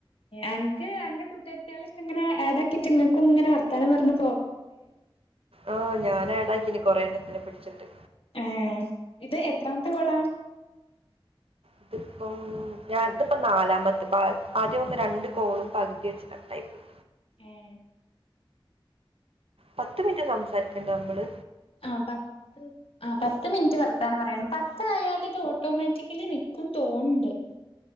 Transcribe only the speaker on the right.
ആഹ് ഞാനേടാക്കീണ് കുറെ എണ്ണത്തിനെ പിടിച്ചിട്ട്
ഇതിപ്പം ഞാൻ തിപ്പോ നാലാമത്തെ ബാ ആദ്യം ഒന്ന് രണ്ട് കോളും പകുതി വെച്ച് കട്ട് ആയി പോയി
പത്ത് മിനിറ്റ് സംസാരിക്കണ്ടെ നമ്മള്